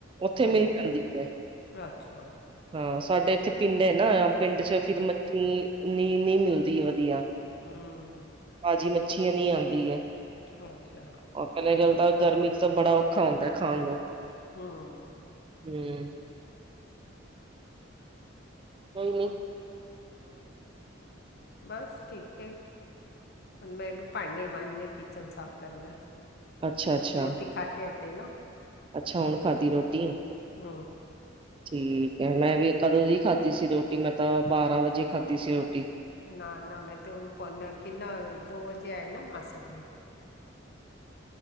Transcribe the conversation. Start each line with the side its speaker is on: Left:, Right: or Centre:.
Right: ਉੱਥੇ
Left: ਹਮ
Right: ਮਿਲ ਜਾਂਦੀ ਐ।
Left: ਅੱਛਾ
Right: ਹਾਂ। ਸਾਡੇ ਇੱਥੇ ਪਿੰਡ ਹੈ ਨਾ ਪਿੰਡ ਚ' ਫਿਰ ਮੱਛੀ ਨੀ ਨਹੀਂ ਮਿਲਦੀ ਵਧੀਆ।
Left: ਹਮ
Right: ਤਾਜ਼ੀ ਮੱਛੀਆ ਨਹੀਂ ਆਂਦੀ ਹੈ।
Left: ਚਲੋ, ਅੱਛਾ।
Right: ਪਹਿਲੇ ਗੱਲ ਤਾਂ ਗਰਮੀ ਚ' ਤਾਂ ਬੜਾ ਔਖਾ ਹੁੰਦਾ ਖਾਣ ਨੂੰ।
Left: ਹਮ
Right: ਹਮ ਕੋਈ ਨਹੀਂ।
Left: ਬਸ, ਠੀਕ ਏ। ਹੁਣ ਮੈਂ ਵੀ ਭਾਂਡੇ ਮਾਂਜੇ ਕਿਚਨ ਸਾਫ਼ ਕਰਨਾ,
Right: ਅੱਛਾ ਅੱਛਾ
Left: ਰੋਟੀ ਖਾ ਕੇ ਹਟੇ ਨਾ।
Right: ਅੱਛਾ ਹੁਣ ਖਾਧੀ ਰੋਟੀ
Left: ਹੱਮ
Right: ਠੀਕ ਹੈ ਮੈਂ ਵੀ ਕਦੋਂ ਹੀ ਖਾਧੀ ਸੀ ਰੋਟੀ ਮੈਂ ਤਾਂ ਬਾਰਾਂ ਵਜੇ ਖਾਧੀ ਸੀ ਰੋਟੀ
Left: ਨਾ-ਨਾ ਮੈਂ ਤਾਂ ਹੁਣ ਪੁਨ ਕਿੰਨਾ ਦੋ ਵਜੇ ਆਏ ਨਾ ਮਾਸੜ ਜੀ